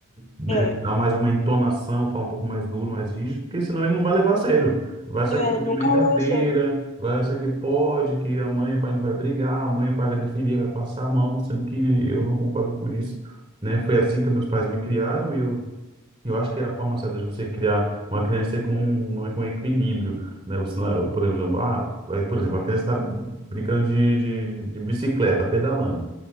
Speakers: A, on the right (about 25°); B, on the left (about 30°).
A: né,
B: É.
A: dar mais uma entonação, falar um pouco mais duro, mais rígido, porque senão ele não vai levar a sério. Vai achar
B: É,
A: que tá de
B: nunca
A: brincadeira,
B: levou a sério.
A: vai achar que pode, que a mãe e o pai não vai brigar, a mãe e o pai vai defender, vai passar a mão, sendo que eu não concordo com isso, né? Foi assim que meus pais me criaram e eu eu acho que é a forma certa de você criar uma criança com, um- com um equilíbrio, né? Você, não- é, por exemplo, ah, aí, por exemplo, a criança está brincando de, de, de bicicleta, pedalando.